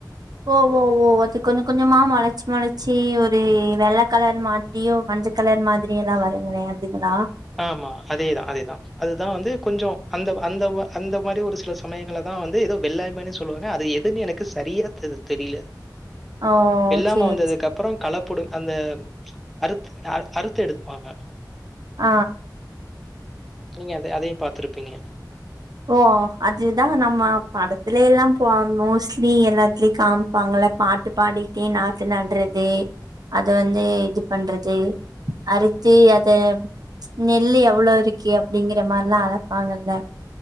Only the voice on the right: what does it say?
ஓ ஓ ஓ அது கொஞ்ச கொஞ்சமா மொளச்சு மொளச்சி ஒரு வெள்ள கலர் மாதிரியு மஞ்சள் கலர் மாதிரிய எல்லா வருங்களே அதுங்களா
ஓ
சேரி
சேரி
ஆ
ஓ அதுதா நம்ம படத்தலேல்லா போ மோஸ்ட்லி எல்லாத்திலை காம்ப்பாங்ல பாட்டு பாடிட்டே நாத்து நடுறது அத வந்து இது பண்றது அறுத்து அத நெல்லு எவ்ளோ இருக்கு அப்டிங்கற மாரில்லா அளப்பாங்கல்ல